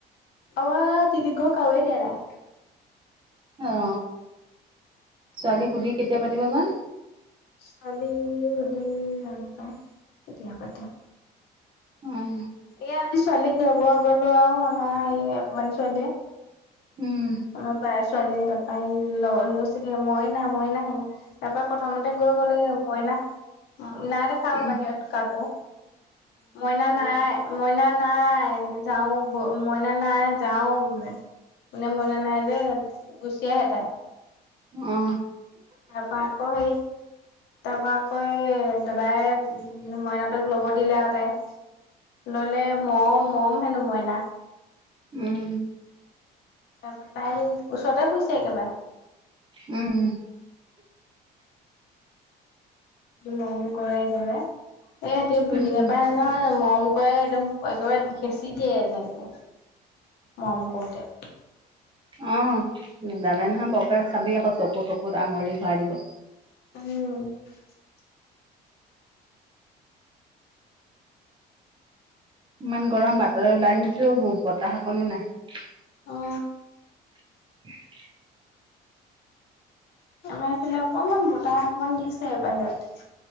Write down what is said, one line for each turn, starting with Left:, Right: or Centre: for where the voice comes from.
Left: আমাৰ তিনিঘৰ কাওৱে দিয় নাই।
Right: আহ ছোৱালীৰ সুধি কেতিয়া পাতিব বা
Left: ছোৱালী সুধি জানোঁ পায় কেতিয়া পাতে?
Right: উম।
Left: এই আজি ছোৱালীক ল'ব গলোঁ আৰু আমাৰ এই অকমাণি ছোৱালীয়ে।
Right: উম।
Left: আমাৰ বাই ছোৱালীয়ে তাৰপাই এই ল'ব লৈছিলোঁ। মইনা মইনা হেনেকে তাপা প্ৰথমতে গৈ গ'লেগে মইনা নাই দেখা আৰু
Right: উম
Left: বাহিৰত কাকো মইনা নাই মইনা নাই এনেকে যাও বো মইনা নাই যাও বোলে মানে মইনা নাই যে গুচি আহে তাই
Right: অ
Left: তাপা আকৌ সেই তাপা আকৌ সেই দাদাই মইনাটোক ল'ব দিলে আৰু তাই ললে মম মম হেনো মইনা
Right: উম
Left: তাপা তাই ওচৰতে শুইছে একেবাৰে
Right: উম
Left: মম কৰে কৰে একেবাই বুজি
Right: উম
Left: নাপায় নহয় মম মোকো একদম একেবাৰে হেঁচি দিয়ে এনেকে মৰম কৰোতে
Right: উম নাজানে নহয় বৰকে চাবি আকৌ চকু তকুত আঙুলি ভৰাই দিব
Left: উম
Right: ইমান গৰম বাতলে ওলাই আহিছো বতাহ অকনো নাই
Left: অ
Right: <inaudible>
Left: আমাৰ এইফালে অকনমান বতাহ অকমান দিছে বাহিৰত